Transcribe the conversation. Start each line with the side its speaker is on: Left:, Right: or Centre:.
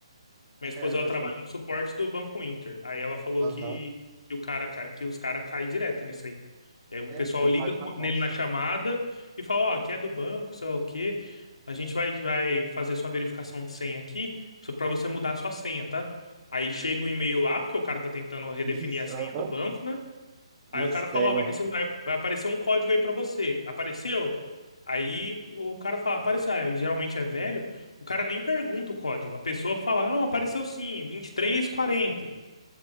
Left: Minha esposa,
Right: É, a pessoa.
Left: ela trabalha no suporte do Banco Inter. Aí ela falou
Right: Aham.
Left: que, que o cara, cai- que os caras caem direto nisso aí. É, o
Right: É,
Left: pessoal liga
Right: é página
Left: com-
Right: falsa.
Left: nele na chamada e fala, ó, aqui é do banco, sei lá o quê. A gente vai, vai fazer sua verificação de senha aqui só pra você mudar a sua senha, tá? Aí chega o e-mail lá, porque o cara tá tentando redefinir
Right: Isso,
Left: a senha
Right: aham.
Left: do banco, né?
Right: E
Left: Aí
Right: eles
Left: o cara fala,
Right: pegam.
Left: ó, vai, rece- vai- vai aparecer um código aí pra você. Apareceu? Aí o cara fala, apareceu. Aí, geralmente é velho, o cara nem pergunta o código. A pessoa fala, "Ah, não, apareceu sim, 2340.